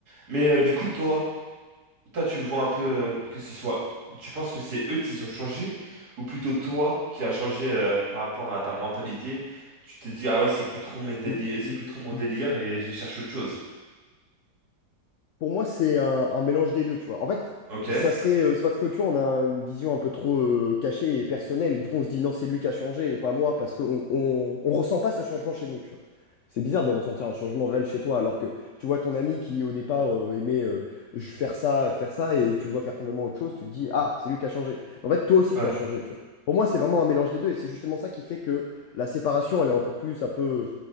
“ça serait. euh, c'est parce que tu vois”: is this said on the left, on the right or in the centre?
Left